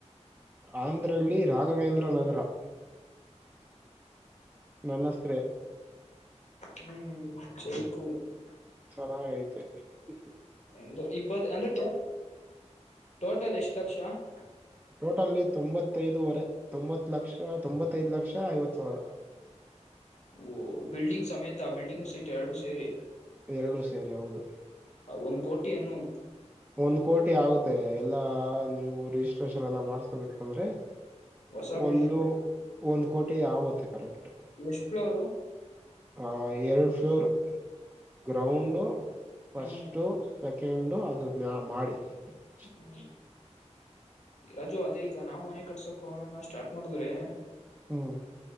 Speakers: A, on the right; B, on the left.
A: ಆಂಧ್ರಳ್ಳಿ, ರಾಘವೇಂದ್ರ ನಗರ. <unintelligible> ನಾನುಸೆರೈ. <unintelligible>
B: ಹ್ಮ್, ಚೈಕು. <inaudible>
A: ಚೆನ್ನಾಗೆ ಐತೆ? <unintelligible>
B: ಅಂದ್ರೆ, ಈ, ಪೇಜ್, ಅಂದ್ರೆ, ಟೋಟಲ್ ಎಷ್ಟು ಲಕ್ಷ? <unintelligible>
A: ಟೋಟಲ್, ತೊಂಬತ್ತೈದುವರೆ, ತೊಂಬತ್ ಲಕ್ಷ ತೊಂಬತ್ತೈದು, ಲಕ್ಷ, ಐವತ್ ಸಾವಿರ? <inaudible>
B: ಓಹ, ಬಿಲ್ಡಿಂಗ್ ಸಮೇತ, ಬಿಲ್ಡಿಂಗ್ ಸೈಟು ಎರಡು, ಸೇರಿ? <inaudible>
A: ಎರಡು, ಸೇರಿ ಹೌದು? <inaudible>
B: ಒಂದ್, ಕೋಟಿಯನ್ನು! <inaudible>
A: ಒಂದ್, ಕೋಟಿ ಆಗುತ್ತೆ? ಎಲ್ಲಾ ನೀವು ರಿಜಿಸ್ಟ್ರೇಷನ್, ಎಲ್ಲ ಮಾಡಸ್ಕೊಬೇಕು, ಅಂದ್ರೆ. <inaudible>
B: ಹೊಸ ಬಿಲ್ಡಿಂಗ್
A: ಒಂದು, ಒಂದು, ಕೋಟಿ, ಆಗುತ್ತೆ ಕರೆಕ್ಟ್? <inaudible>
B: ಎಷ್ಟ್ ಫ್ಲೋರು
A: ಹ, ಎರಡು ಫ್ಲೋರ್. <inaudible> ಗ್ರೌಂಡು, ಫಸ್ಟ್,
B: ಹ್ಮ್
A: ಸೆಕೆಂಡು, ಅದು, ಮ, ಮಾಡಿ. <inaudible>
B: ಹ್ಮ್, ರಾಜು ಅದೇ ಈಗ ನಾವು ಮನೆ ಕಟ್ಸಕ್ಕೆ, ಒಂದೊಂದಾಗಿ, ಸ್ಟಾರ್ಟ್ ಮಾಡಿದರೆ. <inaudible>
A: ಹೂ. <inaudible>